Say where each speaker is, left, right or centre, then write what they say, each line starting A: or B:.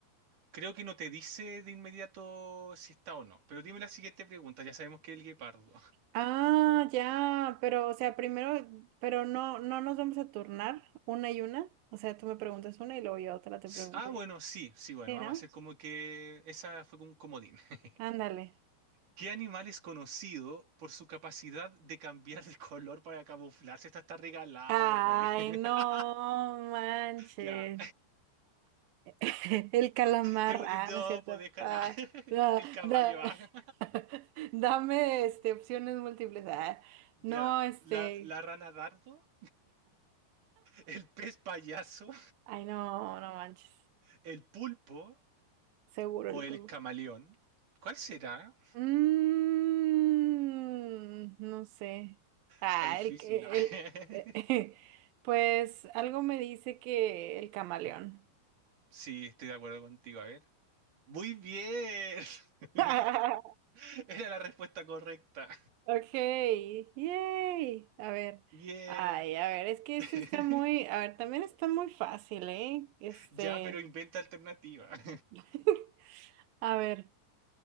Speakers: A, on the right (about 45°); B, on the right (about 80°).
A: creo que no te dice de inmediato si está o no, pero dime la siguiente pregunta, ya sabemos que es el guepardo.
B: Ah, ya, pero, o sea, primero, pero no, no nos vamos a turnar una y una. O sea, tú me preguntas una y luego yo otra te
A: S-
B: pregunto.
A: Ah, bueno, sí, sí, bueno,
B: Sí,
A: vamos
B: ¿no?
A: a hacer como que esa fue como un comodín. <laughs>
B: Ándale.
A: ¿Qué animal es conocido por su capacidad de cambiar de color para camuflarse? Esta está regalada,
B: Ay,
A: pues.
B: no
A: <laughs>
B: manches.
A: Ya.
B: <laughs> El calamar,
A: Te voy
B: ah,
A: a no,
B: no es cierto.
A: pues deja.
B: Ah,
A: <laughs> ah,
B: no,
A: El caballo,
B: da-
A: ah.
B: <laughs> dame este, opciones múltiples. Ah,
A: Ya.
B: no, este.
A: La, la rana dardo, el pez payaso,
B: Ay, no, no manches.
A: el pulpo
B: Seguro
A: o
B: el
A: el
B: polvo.
A: camaleón. ¿Cuál será?
B: Mm, no sé. Ah,
A: Está difícil.
B: el, que-
A: ah.
B: el,
A: <laughs>
B: <laughs> pues algo me dice que el camaleón.
A: Sí, estoy de acuerdo contigo. A ver. Muy bien. <laughs>
B: <laughs>
A: Era la respuesta correcta.
B: Ok, yay. A ver,
A: Bien.
B: ay, a ver, es que este
A: <laughs>
B: está muy, a ver, también está muy fácil, ¿eh? Este,
A: Ya, pero inventa alternativa. <laughs>
B: <laughs> a ver,